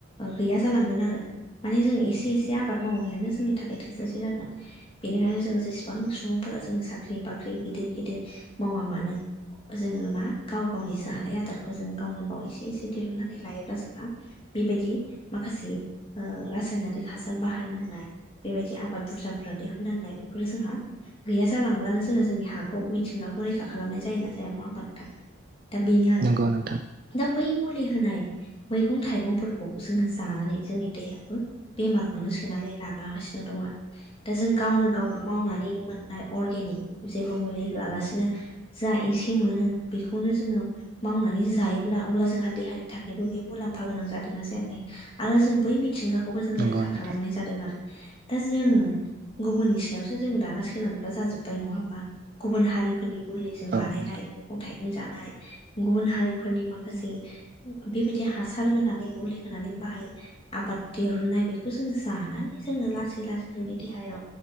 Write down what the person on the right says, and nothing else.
नंगौ नोंथां
नंगौ
नोंथां
औ
नोंथां